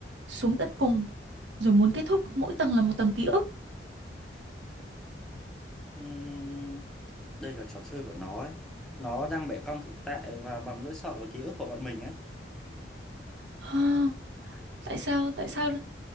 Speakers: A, on the right (about 75°); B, in the centre.
A: xuống tận cùng rồi muốn kết thúc mỗi tầng là một tầng ký ức
B: Ừm, đây là trò chơi của nó ấy. Nó đang bẻ cong thực tại và bằng nỗi sợ và ký ức của bọn mình ấy.
A: Hơ, tại sao tại sao